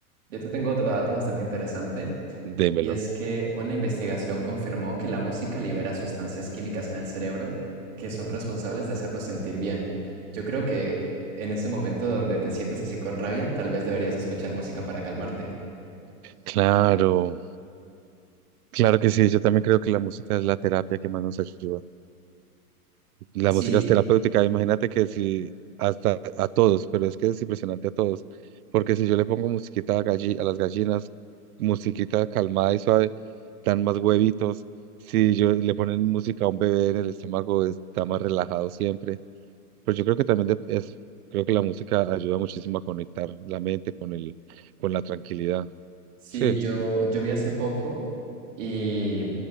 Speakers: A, on the right (about 55°); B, on the right (about 70°).
A: yo te tengo otro dato bastante interesante,
B: Démelo.
A: y es que una investigación confirmó que la música libera sustancias químicas en el cerebro que son responsables de hacernos sentir bien. Yo creo que en ese momento donde te sientes así con rabia, tal vez deberías escuchar música para calmarte.
B: Claro, claro que sí, yo también creo que la música es la terapia que más nos ayuda. La
A: Sí,
B: música es terapéutica, imagínate que si hasta a todos, pero es que es impresionante a todos, porque si yo le pongo musiquita a, galli- a las gallinas, musiquita calmada y suave, dan más huevitos, si yo le ponen música a un bebé en el estómago, está más relajado siempre, pero yo creo que también de- es, creo que la música ayuda muchísimo a conectar la mente con el, con la tranquilidad,
A: sí,
B: sí.
A: yo, yo vi hace poco y